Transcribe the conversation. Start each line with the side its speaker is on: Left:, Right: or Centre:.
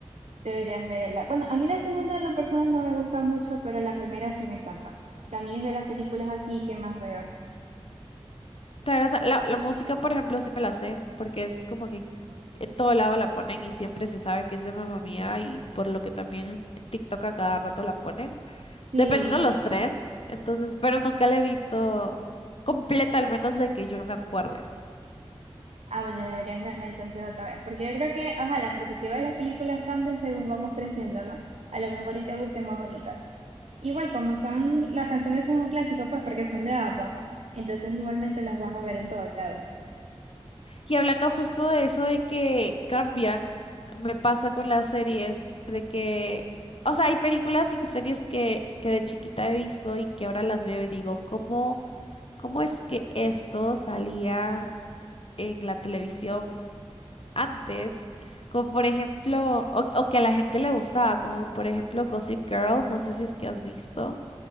Right: Deberías verla. Bueno, a mí la segunda en lo personal no me gusta mucho, pero la primera sí me encanta. También es de las películas así que más veo.
Left: Claro, o sea, la, la música, por ejemplo, sí me la sé, porque es como que en todo lado la ponen y siempre se sabe que es de mamá Mía y por lo que también en TikTok a cada rato la ponen,
Right: Sí.
Left: dependiendo de los trends, entonces, pero nunca la he visto completa, al menos de que yo me acuerde.
Right: Ah, bueno, deberías verla entonces otra vez. Porque yo creo que, ajá, la perspectiva de las películas cambian según vamos creciendo, ¿no? A lo mejor y te guste más ahorita. Igual, como son, las canciones son un clásico, pues porque son de APA. Entonces igualmente las vas a ver en todos lados.
Left: Y hablando justo de eso de que cambian, me pasa con las series de que, o sea, hay películas y series que, que de chiquita he visto y que ahora las veo y digo, ¿cómo, cómo es que esto salía? en la televisión antes, como por ejemplo, o, o que a la gente le gustaba, como por ejemplo Gossip Girl, no sé si es que has visto.